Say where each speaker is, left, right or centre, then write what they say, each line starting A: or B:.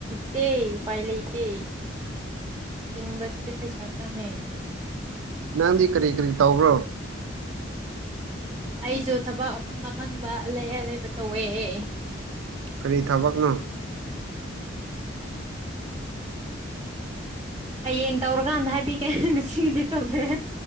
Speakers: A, on the right (about 20°); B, on the right (about 85°).
A: ꯠꯇꯦ ꯎꯄꯥꯏ ꯂꯩꯇꯦ ꯍꯤꯡꯕꯁꯤꯗꯤ ꯄꯩꯁꯥ ꯆꯪꯉꯦ
B: ꯅꯪꯗꯤ ꯀꯔꯤ ꯀꯔꯤ ꯇꯧꯕ꯭ꯔꯣ
A: ꯑꯩꯁꯨ ꯊꯕꯛ ꯑꯐꯪ ꯑꯐꯪꯕ ꯂꯩꯑ ꯂꯩꯕ ꯇꯧꯋꯦ ꯑꯦ
B: ꯀꯔꯤ ꯊꯕꯛꯅꯣ
A: ꯍꯌꯦꯡ ꯇꯧꯔꯀꯥꯟꯗ ꯍꯥꯏꯕꯤꯒꯦ ꯅꯨꯡꯁꯤꯒꯤꯗꯤ ꯇꯧꯗꯦ